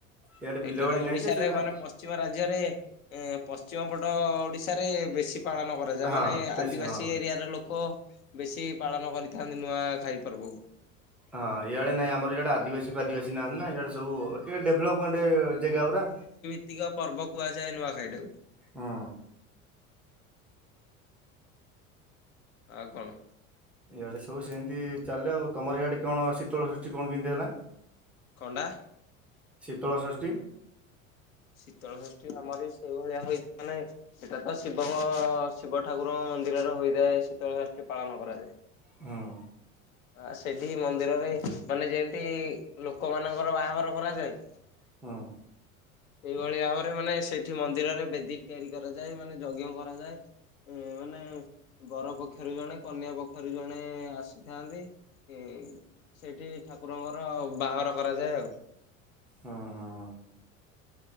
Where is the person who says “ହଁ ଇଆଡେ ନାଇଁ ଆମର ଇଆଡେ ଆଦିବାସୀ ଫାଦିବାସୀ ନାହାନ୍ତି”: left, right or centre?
Centre